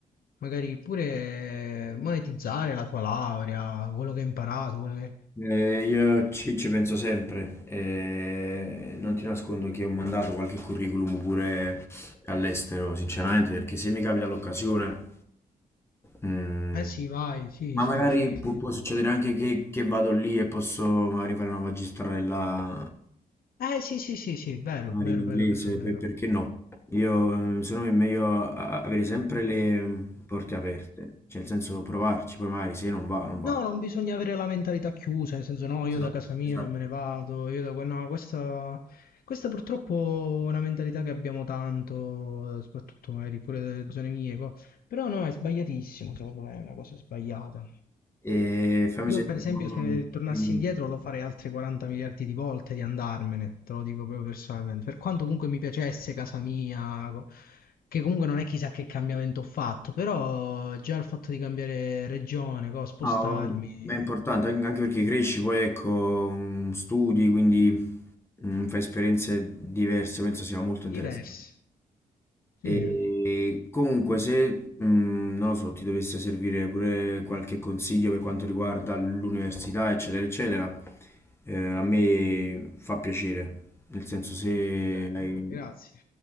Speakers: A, on the left; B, on the left.
A: magari pure eh, monetizzare la tua laurea, quello che hai imparato? quello che-
B: Eh, io ci, ci penso sempre, eh, non ti nascondo che ho mandato qualche curriculum pure all'estero, sinceramente, perché se mi capita l'occasione, mm,
A: Eh sì, vai, sì,
B: ma
A: sì,
B: magari
A: sì, sì.
B: può, può succedere anche che, che vado lì e posso magari fare una magistrella,
A: Eh sì, sì, sì, sì, vero,
B: magari
A: vero,
B: in inglese,
A: vero, vero, vero.
B: per- perché no? Io, eh, secondo me è meglio a- a- avere sempre le porte aperte, cioè nel senso provarci, poi magari se non va, non va.
A: No, non bisogna avere la mentalità chiusa, nel senso no, io
B: Esatto,
A: da casa mia
B: esatto.
A: non me ne vado, io da... que- No, questa, questa purtroppo è una mentalità che abbiamo tanto, eh, soprattutto magari pure delle zone mie, co- però no, è sbagliatissimo, secondo me è una cosa sbagliata.
B: E fammi
A: Io
B: sentire,
A: per esempio
B: no,
A: se tornassi
B: dimmi, dimmi.
A: indietro lo farei altre 40 miliardi di volte di andarmene, te lo dico proprio personalmente, per quanto comunque mi piacesse casa mia, co- che comunque non è chissà che cambiamento ho fatto, però già il fatto di cambiare regione, co, spostarmi,
B: No, ma
A: eh,
B: è importante anche anche perché cresci, poi ecco, mm, studi, quindi mm, fai esperienze diverse, penso sia molto interessante.
A: diversi. Sì,
B: E
A: sì.
B: comunque se, mm, non lo so, ti dovesse servire pure qualche consiglio per quanto riguarda l'università, eccetera, eccetera, eh, a me fa piacere, nel senso se
A: Bene,
B: hai-
A: no, grazie.